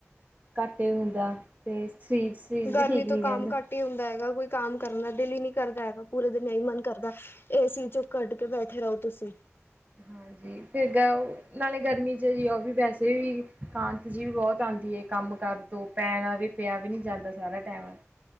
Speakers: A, on the right; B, on the left.
A: ਘੱਟ ਹੀ ਹੁੰਦਾ, ਤੇ ਸਰੀਰ ਸਰੀਰ ਵੀ
B: ਗਰਮੀ
A: ਠੀਕ
B: ਤੋਂ
A: ਨੀ
B: ਕੰਮ
A: ਰਹਿੰਦਾ।
B: ਘੱਟ ਹੀ ਹੁੰਦਾ ਹੈਗਾ ਕੋਈ ਕੰਮ ਕਰਨ ਦਾ ਦਿਲ ਹੀ ਨ੍ਹੀਂ ਕਰਦਾ ਹੈਗਾ ਪੂਰੇ ਦਿਨ ਇ ਮਨ ਕਰਦਾ ਏ ਸੀ ਚੋਂ ਕੱਢ ਕੇ ਬੈਠੇ ਰਹੋ ਤੁਸੀਂ।
A: ਹਂ। ਜੀ ਫਿਰ ਗ ਨਾਲੇ ਗਰਮੀ ਚ ਜੀ ਉਹ ਵੀ ਵੈਸੇ ਵੀ ਕਾਂਤ ਜੀ ਵੀ ਬਹੁਤ ਆਂਦੀ ਐ ਕੰਮ ਕਾਰ ਤੂੰ ਪੈਣ ਵੀ ਪਿਆ ਵੀ ਨੀ ਜਾਂਦਾ ਸਾਰਾ ਟਾਈਮ